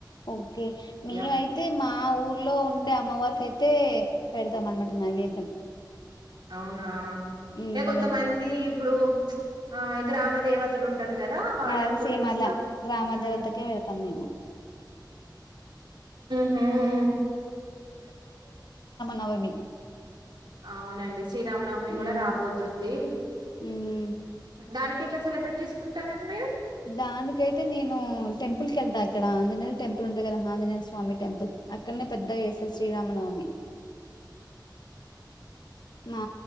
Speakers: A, on the left; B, on the right.
A: ఓకే మేమైతే
B: యా,
A: మా ఊర్లో ఉండే అమ్మవారికి అయితే అతే పెడతాం అన్నమాట నైవేద్యం
B: అవునా
A: ఉమ్
B: ఎ కొంత మందీ ఇప్పుడు చ్ ఆ గ్రామ దేవతలు ఉం ఉంటరు కదా వాళ్ళం
A: అదే
B: కూడా
A: సేమ్
B: తీసుక
A: అలా
B: పో
A: గ్రామ
B: మ్
A: దేవతకే పెడతాం మేము
B: ము
A: నవమి
B: అవునండి శ్రీరామనవమి కూడ
A: ఉమ్
B: రాబోతుంది
A: ఉమ్
B: దానికి ఎట్లా సెలబ్రేట్ చేసుకుంటారండి
A: దానికైతే నేను టెంపుల్ కి ఎళ్తా ఇక్కడ అంజనేల టెంపుల్ ఉంటంది కదా అంజనేల స్వామి టెంపుల్ అక్కడనే పెద్దగా చేస్తారు శ్రీరామనవమి ఆ